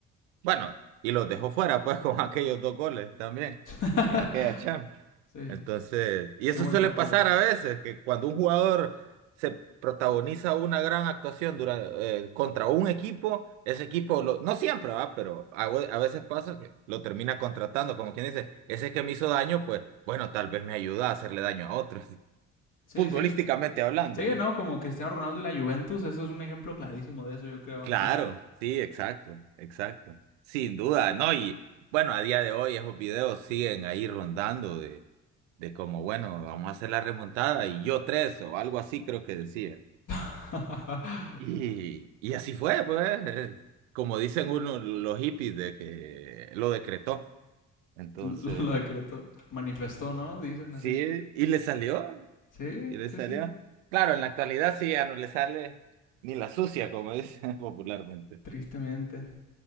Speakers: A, on the right (about 85°); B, on the left (about 55°).
A: Bueno, y los dejó fuera, pues, <laughs> con aquellos dos goles también,
B: <laughs>
A: en aquella Champions.
B: Sí,
A: Entonces, y
B: qué
A: eso
B: buen
A: suele
B: partido.
A: pasar a veces, que cuando un jugador se protagoniza una gran actuación durante, eh, contra un equipo, ese equipo, lo- no siempre, ¿va? Pero a, we- a veces pasa que lo termina contratando, como quien dice, ese que me hizo daño, pues bueno, tal vez me ayuda a hacerle daño a otros, <laughs>
B: Sí,
A: futbolísticamente
B: sí.
A: hablando,
B: Sí,
A: ¿no?
B: ¿no? Como Cristiano Ronaldo y la Juventus, eso es un ejemplo clarísimo de eso, yo creo.
A: Claro, sí, exacto, exacto. Sin duda, ¿no? Y bueno, a día de hoy esos videos siguen ahí rondando de, de como, bueno, vamos a hacer la remontada y yo tres o algo así creo que decía.
B: <laughs>
A: Y, y así fue, pues, eh, como dicen uno, los hippies de que lo decretó. Entonces,
B: lo, lo lo decretó, manifestó, ¿no? Dicen
A: sí,
B: así.
A: y le salió,
B: Sí,
A: y le
B: sí,
A: salió.
B: sí.
A: Claro, en la actualidad sí ya no le sale ni la sucia, como dicen <laughs> popularmente.
B: Tristemente.